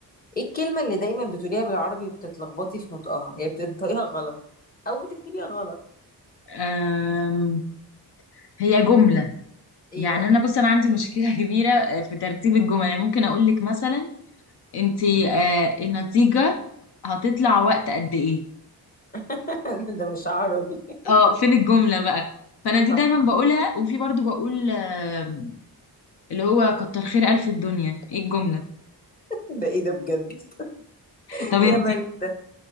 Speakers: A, on the left (about 20°); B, on the left (about 80°).
A: ايه الكلمه اللي دايما بتقوليها بالعربي بتتلخبطي في نطقها يعني بتنطقيها غلط او بتكتبيها غلط
B: أم... هي جملة
A: ايه
B: يعني
A: بقى
B: انا بص انا عندي مشكلة <laughs> كبيرة في ترتيب الجمل يعني ممكن اقول لك مثلا انتي آه، النتيجة هتطلع وقت قد ايه
A: <laughs> ده مش عربي <laughs>
B: اه فين الجملة بقى فانا دي
A: صح
B: دايما بقولها وفي برضو بقول آه، اللي هو كتر خير الف الدنيا ايه الجملة
A: ده ايه ده بجد <laughs>
B: طب انتي
A: يا مريم